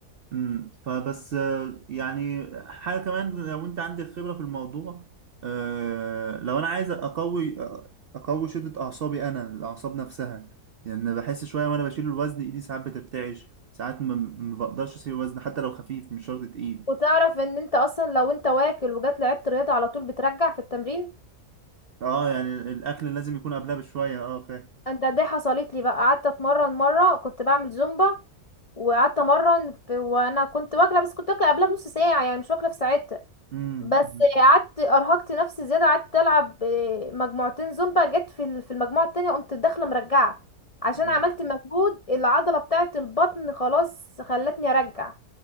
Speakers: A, on the right; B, on the left.
A: امم فبس آه، يعني حاجه كمان لو انت عندك خبره في الموضوع آه، لو انا عايز اقوي آه، اقوي شده اعصابي انا الاعصاب نفسها يعني أنا بحس شويه وانا بشيل الوزن ايدي ساعات بترتعش ساعات ما ما بقدرش اشيل الوزن حتى لو خفيف مش شرط تقيل
B: وتعرف ان انت اصلا لو انت واكل وجات لعبت رياضة على طول بترجع في التمرين
A: اه يعني الاكل لازم يكون قبلها بشويه اه فاهم
B: ده دي حصلت لي بقى قعدت اتمرن مره كنت بعمل زومبا وقعدت امرن في وانا كنت واكله بس كنت واكله قبلها بنص ساعه يعني مش واكله في ساعتها
A: امم
B: بس
A: أمم.
B: قعدت ارهقت نفسي زياده قعدت العب آه، مجموعتين زومبا جت في ال- في المجموعه التانية قمت داخله مرجعه عشان
A: آه.
B: عملت مجهود العضله بتاعه البطن خلاص خلتني ارجع